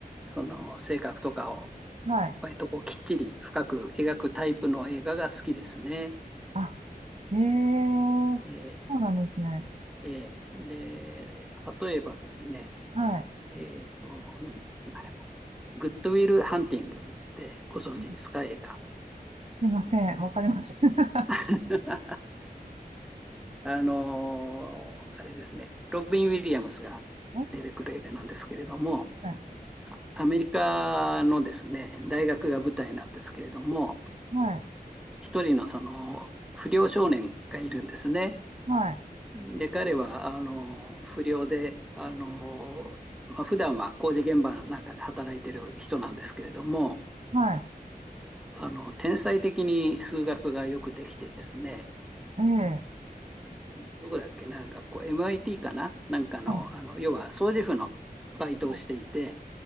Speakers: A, in the centre; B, on the right.
A: その性格とかを、
B: はい。
A: 割とこう、きっちり深く描くタイプの映画が好きですね。
B: あ、ええ、
A: えー
B: そうなんですね。
A: えーで、例えばですね、
B: はい。
A: えーと、何あれはグッドウィル・ハンティングってご存知ですか、
B: うん
A: 映画。
B: すいません、わかりません。<laughs> は
A: <laughs> あのーあれですね、ロビン・ウィリアムスが出てくる映画なんですけれども、
B: い、はい、
A: アメリカのですね、大学が舞台なんですけれども、
B: はい、
A: 一人のその不良少年がいるんですね。
B: はい、
A: で、彼は、あの、不良で、あの、まあ、普段は工事現場なんかで働いてる人なんですけれども、
B: は
A: あの、天才的に数学がよくできてですね、
B: い、ええ、
A: どこだっけな、学校、MIT かななんかの、
B: は
A: あの、要は掃除婦のバイトをしていて、
B: い、